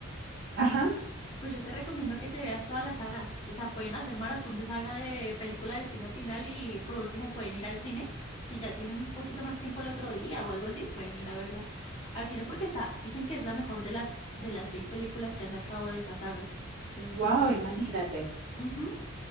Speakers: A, on the right; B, on the left.
A: Ajá.
B: Pues yo te recomiendo que te veas toda la saga. O sea, pueden hacer maratón de saga de película Destino Final y por último pueden ir al cine. Si ya tienen un poquito más tiempo el otro día o algo así, pueden ir a verla al cine porque está, dicen que es la mejor de las, de las seis películas que han sacado de esa saga. Entonces,
A: Wow,
B: sí,
A: imagínate.
B: ujú.